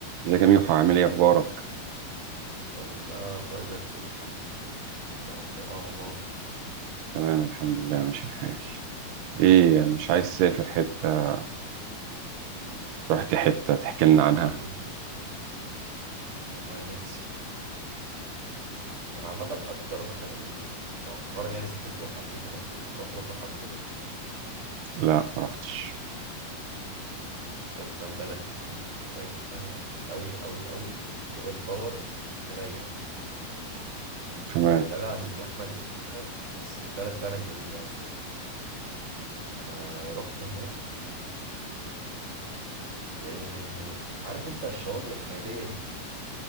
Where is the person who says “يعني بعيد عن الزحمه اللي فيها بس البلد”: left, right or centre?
Right